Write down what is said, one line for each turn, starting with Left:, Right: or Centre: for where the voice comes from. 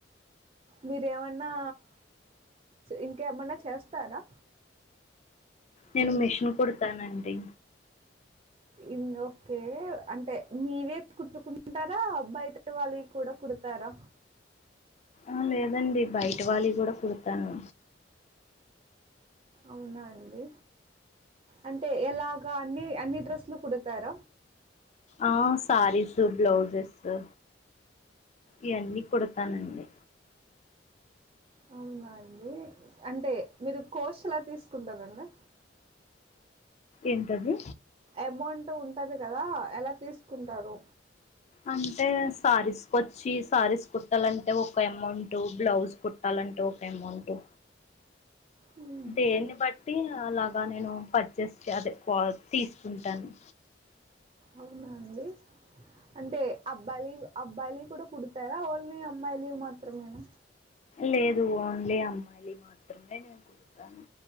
Right: మీరేమన్నా ఇంకేమన్నా చేస్తారా
Left: నేను
Right: ఇం
Left: మిషన్ కుడతానండి
Right: ఇం ఓకే అంటే మీవే కుట్టుకుంటారా బయట వాళ్ళై కూడా కు డుతారా
Left: ఆ లేదండి బయట వాళ్ళై గూడా కుడుతాను
Right: అవునా అండి అంటే ఎలాగా అన్ని అన్ని డ్రెస్లు కూడ్ తార
Left: ఆ సారీసు బ్లౌజేసు ఇయన్నీ కుడతానండి
Right: అవునా అండి అంటే మీరు కోస్లా తీసుకుంటారండి
Left: ఎంటది
Right: అమౌంట్ ఉంటది కదా ఎలా తీస్కుంటారు
Left: అంటే సారీస్కోచ్చి సారీస్ కుట్టాలంటే ఒక అమౌంట్ బ్లౌజ్ కుట్ ట్టలంటే ఓక ఎమౌంటు
Right: హ్మ్
Left: దేన్ని
Right: అన్
Left: బట్టి అలాగా నేను పర్చేస్ అదే క్వా తీస్కుంటాను
Right: అవునా అండి అంటే అబ్బాయిలయి అబ్బాయిలయి కూడా కుడుతారా ఓన్లీ అమ్మాయిలయి మాత్రమేనా
Left: లేదు ఓన్లీ అమ్మాయిలయి మాత్రమే నేన్ కుడుతను